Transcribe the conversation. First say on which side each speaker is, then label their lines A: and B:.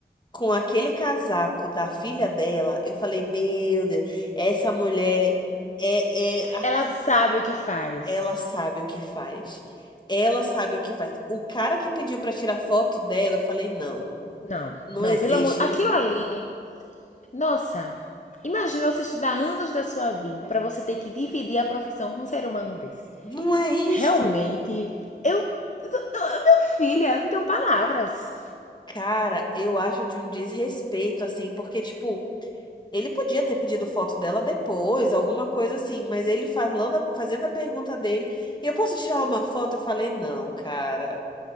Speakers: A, on the left; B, on the left.
A: com aquele casaco da filha dela, eu falei, meu Deus, essa mulher é, é arqui...
B: Ela sabe o que faz.
A: ela sabe o que faz. Ela sabe o que faz. O cara que pediu para tirar foto dela, eu falei, não,
B: Não,
A: não
B: não,
A: existe.
B: pelo amor, aquilo ali Nossa, imagina você estudar anos da sua vida para você ter que dividir a profissão com um ser humano desse.
A: Não é isso.
B: Realmente, eu, eu- meu filho, eu não tenho palavras.
A: Cara, eu acho de um desrespeito, assim, porque, tipo, ele podia ter pedido foto dela depois, alguma coisa assim, mas ele falando, a- fazendo a pergunta dele, e eu posso tirar uma foto? Eu falei, não, cara,